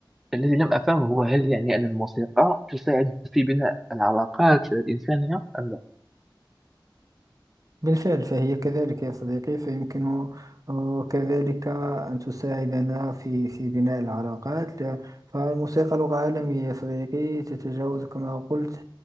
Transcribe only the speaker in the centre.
الذي لم أفهمه هو هل يعني أن الموسيقى تساعد في بناء العلاقات الإنسانية أم لا؟